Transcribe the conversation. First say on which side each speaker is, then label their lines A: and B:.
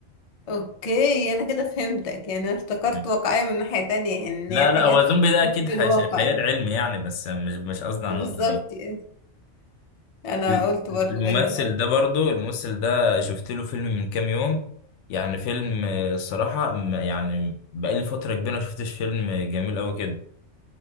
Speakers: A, on the left; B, on the left.
A: اوكي انا كده فهمتك يعني انا افتكرت
B: مم.
A: واقعية من ناحية تانية يعني إن
B: لا
A: هي حاجات
B: لا هو زومبي ده
A: من
B: أكيد حش-
A: الواقع
B: خيال
A: يعني
B: علمي يعني بس مش مش قصدي على
A: بالظبط
B: النقطة دي
A: يعني. انا
B: ال-
A: قلت
B: الممثل
A: برضو غريبة اوي
B: ده برضو الممثل ده شفت له فيلم من كام يوم يعني فيلم آه، الصراحة م- يعني بقالي فترة كبيرة ما شفتش فيلم جميل أوي كده